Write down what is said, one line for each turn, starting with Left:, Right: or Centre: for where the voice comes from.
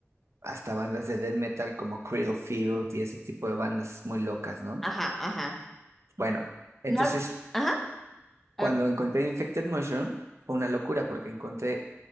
Right: hasta bandas de death metal como Field y ese tipo de bandas muy locas, ¿no?
Centre: Ajá, ajá.
Right: Bueno, entonces
Centre: No has- Ajá.
Right: cuando
Centre: A ver.
Right: encontré Infected Mushroom fue una locura porque encontré